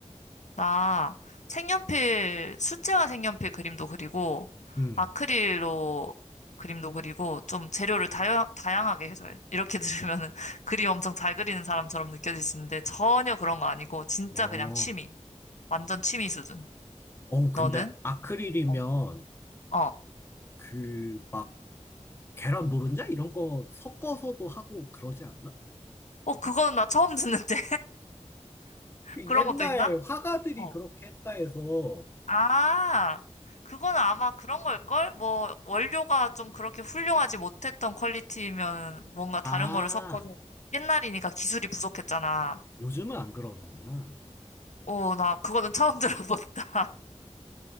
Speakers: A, on the left; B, on the left.
A: 나 색연필, 수채화 색연필 그림도 그리고,
B: 음,
A: 아크릴로 그림도 그리고, 좀 재료를 다양, 다양하게 해서 해. 이렇게 들으면은 <laughs> 그림 엄청 잘 그리는 사람처럼 느껴질 수 있는데, 전혀 그런 거 아니고, 진짜
B: 어,
A: 그냥 취미. 완전 취미 수준.
B: 어, 근데
A: 너는?
B: 아크릴이면
A: 어, 어,
B: 그 막 계란 노른자 이런 거 섞어서도 하고 그러지 않나?
A: 어, 그거는 나 처음 듣는데.
B: 그
A: 그런
B: 옛날
A: 것도 있나?
B: 화가들이
A: 어.
B: 그렇게 했다 해서,
A: 아, 그거는 아마 그런 걸걸? 뭐, 원료가 좀 그렇게 훌륭하지 못했던 퀄리티면 뭔가
B: 아,
A: 다른 거를 섞어서 옛날이니까 기술이 부족했잖아.
B: 요즘은 안 그러는구나.
A: 오, 나 그거는 처음 <laughs> 들어본다.